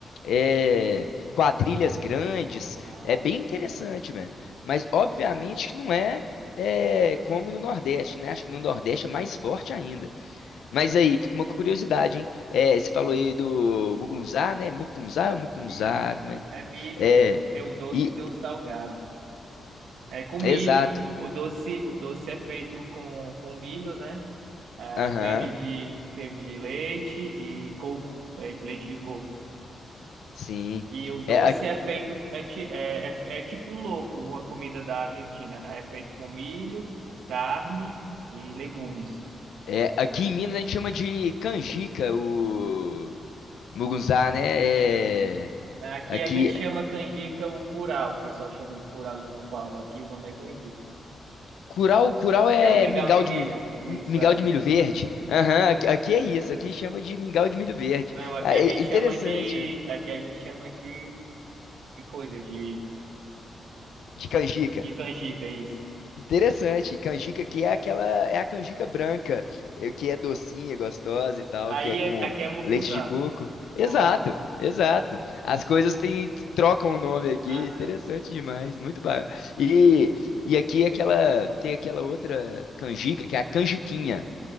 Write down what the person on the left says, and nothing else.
é, quadrilhas grandes.
É bem interessante, velho. Mas obviamente que não é, é como no Nordeste, né? Acho que no Nordeste é mais forte ainda. Mas aí, fica uma curiosidade, hein? É, você falou aí do Mugunzá, né? Mukunzá, Mukunzá,
como é?
É,
e,
exato.
Aham,
sim.
É, a-
é, aqui em Minas a gente chama de canjica o Mugunzá, né? É,
aqui,
curau, curau é
mingau
de milho,
mingau
de milho verde. Aham, aqui, aqui é isso, aqui chama de mingau de milho verde.
Ah,
é-
é interessante,
de canjica.
Interessante, canjica que é aquela, é a canjica branca, eh, que é docinha, gostosa e tal,
que é com
leite de coco. Exato,
exato.
As coisas têm, trocam o nome aqui,
interessante demais, muito bom. E, e aqui é aquela, tem aquela outra canjica, que é a canjiquinha,